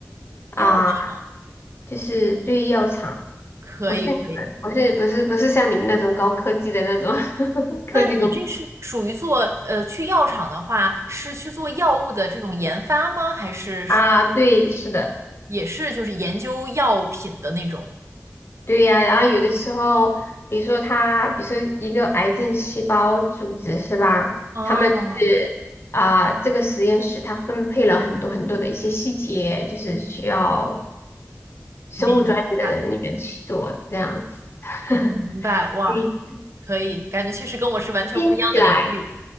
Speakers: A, on the left; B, on the right.
A: 啊，
B: 药厂，
A: 就是对药厂，
B: 可以可以。
A: 不是你们，不是不是不是像你们那种高科技的那种 <laughs> 科技工
B: 那你这是属于做呃去药厂的话，是去做药物的这种研发吗？还是是
A: 啊，对，是的，
B: 也是就是研究药品的那种？
A: 对呀、然后有的时候，比如说他，比如说一个癌症细胞组织是吧？
B: 哦，
A: 他们就是啊，这个实验室它分配了很多很多的一些细节，就是需要生物专业的人员去做的这样子。
B: 明白
A: <laughs>
B: 明白，哇，
A: 你
B: 可以，感觉确实跟我是完全不一样的领域。
A: 听起来。